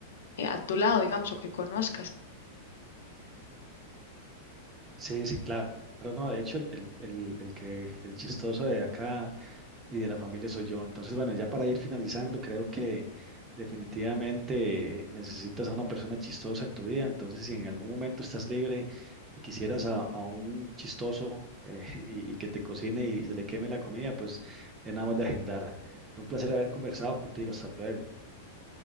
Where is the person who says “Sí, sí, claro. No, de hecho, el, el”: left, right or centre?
Right